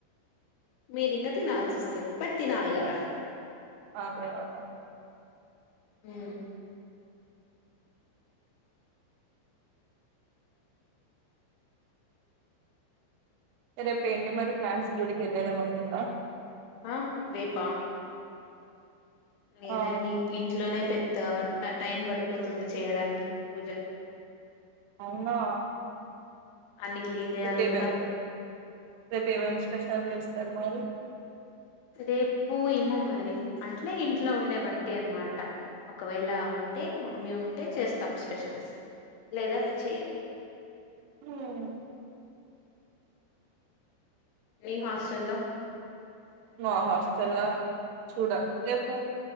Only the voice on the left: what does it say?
మీరింగా తినాల్సి వస్తది బట్ తినాలి కదా
ఉమ్
ఆ రేపా లేదండి
ఇంట్లోనే పెద్ పెద్ద ట టైం పడిపోతుంది చేయడానికి పూజ
అన్ని క్లీన్ చేయాలి
కదా
రేపు ఏమో మరి అంటలే ఇంట్లో ఉండే బట్టి అనమాట ఒకవేళ ఉంటే మమ్మీ ఉంటే చేస్తాం స్పెషల్స్ లేదా చెయ్యం
ని హాస్టల్ లో